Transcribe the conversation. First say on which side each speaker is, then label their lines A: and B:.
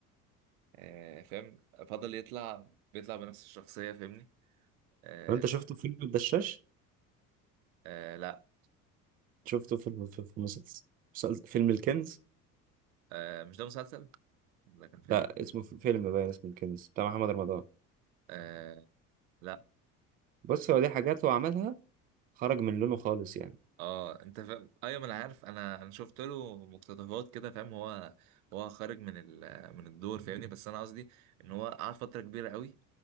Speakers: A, on the right; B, on the right.
A: آه فاهم فضل يطلع بيطلع بنفس الشخصيه فاهمني آه
B: طب انت شفته في فيلم الدشاش
A: آه لا
B: شفته في في في مسلسل مسلسل- فيلم الكنز
A: آه مش ده مسلسل ده كان فيلم
B: لا اسمه في فيلم باين اسمه الكنز بتاع محمد رمضان
A: آه لا
B: بص هو دي حاجات هو عملها خرج من لونه خالص يعني
A: اه انت فاهم ايوه ما انا عارف انا انا شفت له مقتطفات كده فاهم هو هو خارج من ال... من الدور فاهمني بس انا قصدي ان هو قعد فتره كبيره قوي